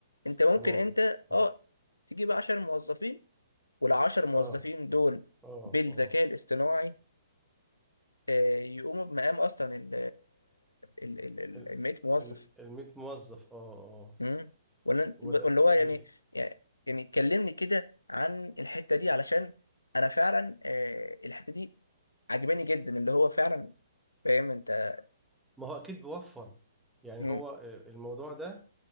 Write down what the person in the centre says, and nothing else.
س-
تمام
اه
اه
اه
اه
ال
ال ال موظف اه اه
وده
بي
ما هو اكيد بيوفر يعني
هو الموضوع ده